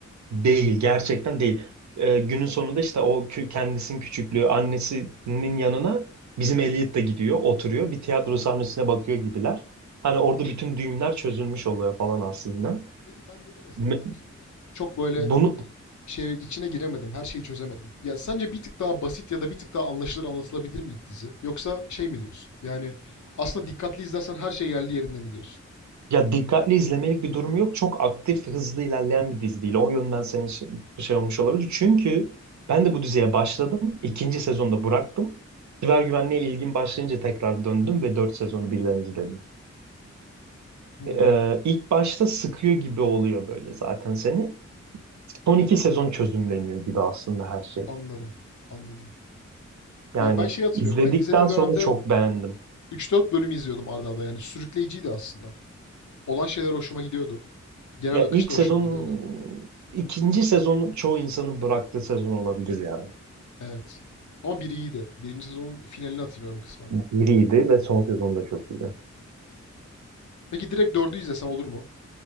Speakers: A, on the right (about 75°); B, on the left (about 80°).
A: değil gerçekten değil. Ee, günün sonunda işte o kü- kendisinin küçüklüğü annesinin yanına bizim Elliot da gidiyor oturuyor bir tiyatro sahnesine bakıyor gibiler. Hani orada bütün düğümler çözülmüş oluyor falan aslında.
B: Peki ben dedim ya sana
A: Me-
B: ben işte çok böyle
A: Bunu
B: i- şey içine giremedim. Her şeyi çözemedim. Ya sence bir tık daha basit ya da bir tık daha anlaşılır anlatılabilir miydi dizi? Yoksa şey mi diyorsun? Yani aslında dikkatli izlersen her şey yerli yerinde mi diyorsun?
A: Ya dikkatli izlemelik bir durumu yok. Çok aktif, hızlı ilerleyen bir dizi değil. O yönden senin şey, şey olmuş olabilir. Çünkü ben de bu diziye başladım. İkinci sezonda bıraktım. Siber güvenliğe ilgim başlayınca tekrar döndüm ve dört sezonu birden izledim.
B: Hmm,
A: Ee, ilk başta sıkıyor gibi oluyor böyle zaten seni. Son iki sezon çözümleniyor gibi aslında her şey.
B: anladım. Anladım.
A: Yani
B: Ya ben şey hatırlıyorum.
A: izledikten
B: Ben izlediğim
A: sonra
B: dönemde
A: çok beğendim.
B: üç dört bölüm izliyordum arda arda. Yani sürükleyiciydi aslında. olan şeyler hoşuma gidiyordu. Genel
A: Ya
B: akış
A: ilk
B: da
A: sezon,
B: hoşuma gidiyordu.
A: ikinci sezon çoğu insanın bıraktığı sezon olabilir yani.
B: Evet. Ama biri iyiydi. Birinci sezonun finalini hatırlıyorum kısmen.
A: biriydi ve son sezonda çok iyiydi.
B: Peki direkt dördü izlesem olur mu?